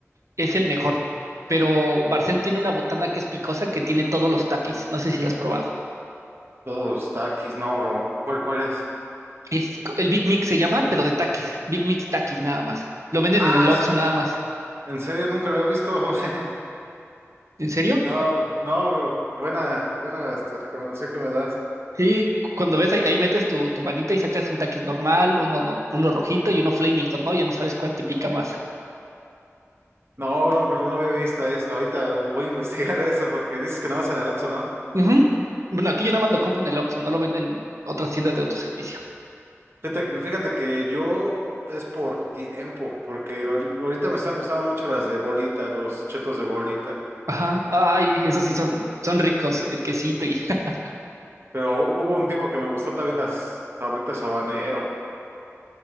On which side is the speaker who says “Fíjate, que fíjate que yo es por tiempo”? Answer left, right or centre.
Right